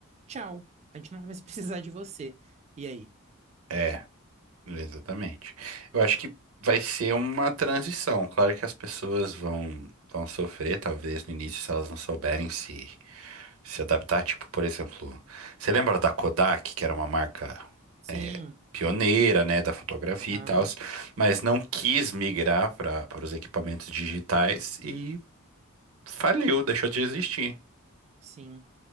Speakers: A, on the right; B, on the right.
A: tchau, a gente não vai mais <laughs> precisar de você. E aí?
B: É. Exatamente. Eu acho que vai ser uma transição. Claro que as pessoas vão, vão sofrer, talvez, no início, se elas não souberem se, se adaptar. Tipo, por exemplo, você lembra da Kodak, que era uma marca
A: Sim,
B: pioneira, né, da fotografia
A: aham,
B: e tal, mas não quis migrar para para os equipamentos digitais e faliu, deixou de existir.
A: sim.